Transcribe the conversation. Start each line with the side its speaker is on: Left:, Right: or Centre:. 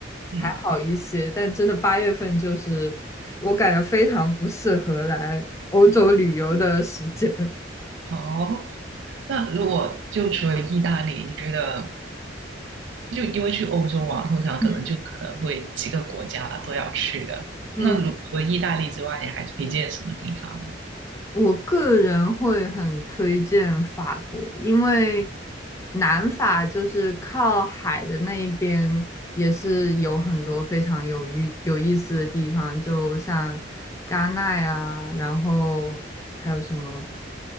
Right: 嗯。
Left: 还好一些，但真的八月份就是我感觉非常不适合来欧洲旅游的时间。
Right: 好，那如果就除了意大利，你觉得就因为去欧洲嘛，通常可能就可能会几个国家都要去的。
Left: <laughs> 嗯嗯。
Right: 那如除了意大利之外，你还推荐什么地方？
Left: 我个人会很推荐法国，因为南法就是靠海的那一边，也是有很多非常有意有意思的地方，就像戛纳啊，然后还有什么